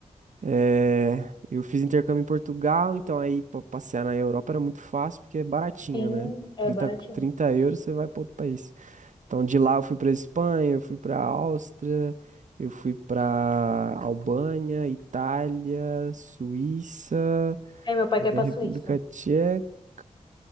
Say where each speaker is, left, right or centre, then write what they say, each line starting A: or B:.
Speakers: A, on the right; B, on the left.
A: É, eu fiz intercâmbio em Portugal, então aí pra passear na Europa era muito fácil porque é baratinho,
B: Sim,
A: né?
B: é
A: trinta
B: baratinho.
A: trinta euros você vai para outro país. Então de lá eu fui para Espanha, eu fui para Áustria, eu fui para Albânia, Itália, Suíça,
B: É, meu pai
A: eh,
B: quer ir pra
A: República
B: Suíça.
A: Tcheca,